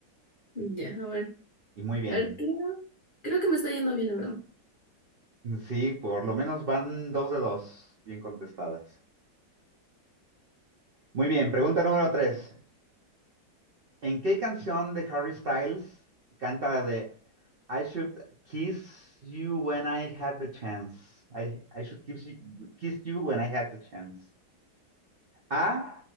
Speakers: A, on the left; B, on the right.
A: ya, a ver.
B: Y muy bien,
A: A ver, creo, creo que me está yendo bien, la verdad.
B: Sí, por lo menos van dos de dos bien contestadas. Muy bien, pregunta número tres. ¿En qué canción de Harry Styles canta la de I should kiss you when I had the chance? I, I should kiss you, kiss you when I had the chance. A.